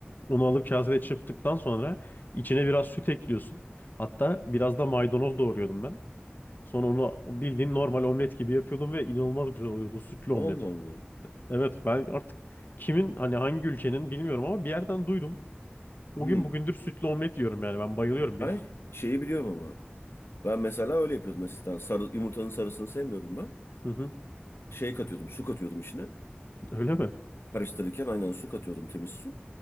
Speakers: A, on the left (about 50°); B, on the left (about 80°).
A: Onu alıp kasede çırptıktan sonra içine biraz süt ekliyorsun. Hatta biraz da maydanoz doğruyordum ben. Sonra onu bildiğin normal omlet gibi yapıyordum ve inanılmaz güzel oluyordu o sütlü omlet.
B: Allah Allah.
A: Evet ben artık kimin hani hangi ülkenin bilmiyorum ama bir yerden duydum. O
B: Hmm.
A: gün bugündür sütlü omlet yiyorum yani ben bayılıyorum bir.
B: Ben şeyi biliyorum ama. Ben mesela öyle yapıyordum eskiden. Sarı, yumurtanın sarısını sevmiyorum ben.
A: Hı hı,
B: Şey katıyordum, su katıyordum içine.
A: öyle mi?
B: Karıştırırken aynen su katıyordum, temiz su.